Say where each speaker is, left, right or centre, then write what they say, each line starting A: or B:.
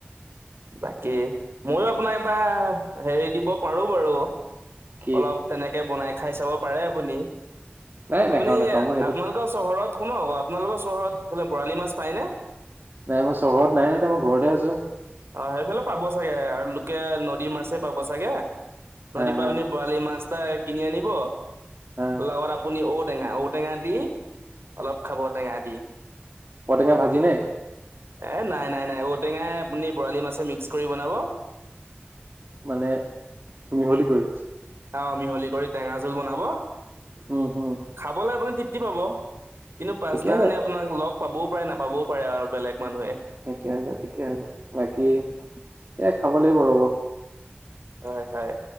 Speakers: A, on the right (about 80°); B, on the right (about 55°).
A: বাকী ময়ো আপোনাক এটা হেৰি দিব পাৰো বাৰু,
B: কি
A: অলপ তেনেকে বনাই খাই চাব পাৰে আপুনি।
B: নাই নাখাও
A: আপুনি
B: নাখাও মই সেইটোত
A: আপোনালোকৰ চহৰত <unintelligible> আপোনালোকৰ চহৰত বোলে বৰালি মাছ পায় নে?
B: নাই মই চহৰত নাই নহ এতিয়া, মই ঘৰতে আছো
A: অ' সেইফালে পাব চাগে আৰু লোকাল নদীৰ মাছেই পাব চাগে নদীপা
B: হা হা
A: আপুনি বৰালি মাছ এটা কিনি আনিব।
B: হা
A: লগত আপুনি ঔটেঙা ঔ ঔটেঙা দি, অলপ খাব ঔটেঙা দি
B: ঔটেঙা ভাজি নে?
A: এ নাই-নাই-নাই ঔটেঙাই আপুনি বৰালি মাছে মিক্স কৰি বনাব।
B: মানে মিহলি কৰি
A: অ মিহলি কৰি টেঙা জোল বনাব।
B: উম হম
A: খাবলৈ আপুনি তৃপ্তি পাব। কিন্তু পাছদিনাখনে
B: ঠিকে আছে
A: আপোনাক লগ পাবও পাৰে, নাপাবও পাৰে আৰু বেলেগ মানুহে।
B: ঠিকে আছে, ঠিকে আছে। বাকী, এ খাব লাগিব ৰব
A: হয় হয়